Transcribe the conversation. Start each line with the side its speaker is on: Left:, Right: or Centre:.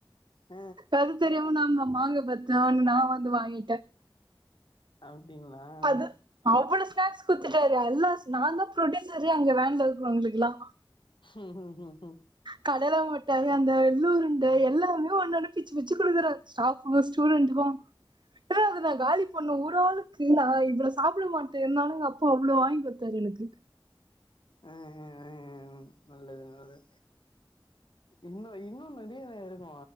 Left: அ
Right: அத தெரியாம நம்ம மாங்கா பத்து வாங்குன நா வந்து வாங்கிட்ட
Left: அப்டிங்களா ம்
Right: அது அவ்ளோ ஸ்நாக்ஸ் குத்துட்டாரு எல்லா நா தா ப்ரொடியூசரே அங்க வேன்ல இருக்கறவங்களுக்குலா
Left: ம் ம் ம் ம்
Right: கடையில மட் அந்த எள்ளூ உருண்ட எல்லாமே ஒன்னு ஒன்னு பிச்சி பிச்சி குடுக்குற ஸ்டாப்க்கு ஸ்டூடண்டுக்கு ஏனா அதுனா காலி பண்ணு ஒரு ஆளுக்கு நா இவ்வள சாப்ட மாட்ட இருந்தாலு எங்க அப்பா அவ்ள வாங்கி குத்தாரு எனக்கு
Left: ஆ ஆ ஆ ஆ நல்லது நல்லது இன்ன இன்னு நறைய இருக்கு